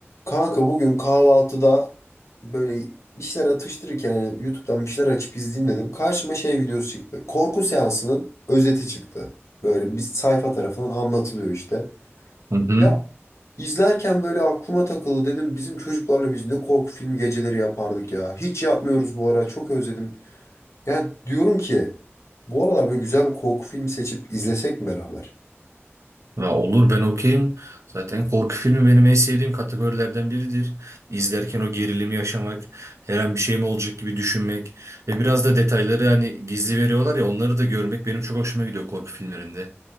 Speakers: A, on the left; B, on the right.
A: Kanka bugün kahvaltıda böyle bir şeyler atıştırırken hani YouTube'dan bir şeyler açıp izleyeyim dedim. Karşıma şey videosu çıktı. Korku seansının özeti çıktı. Böyle bir sayfa tarafından anlatılıyor işte.
B: Hı hı.
A: Ya izlerken böyle aklıma takıldı dedim bizim çocuklarla biz ne korku filmi geceleri yapardık ya. Hiç yapmıyoruz bu ara çok özledim. Ya diyorum ki bu aralar böyle güzel bir korku filmi seçip izlesek mi beraber?
B: Ya olur ben okeyim. Zaten korku filmi benim en sevdiğim kategorilerden biridir. İzlerken o gerilimi yaşamak, her an bir şey mi olacak gibi düşünmek ve biraz da detayları hani gizli veriyorlar ya onları da görmek benim çok hoşuma gidiyor korku filmlerinde.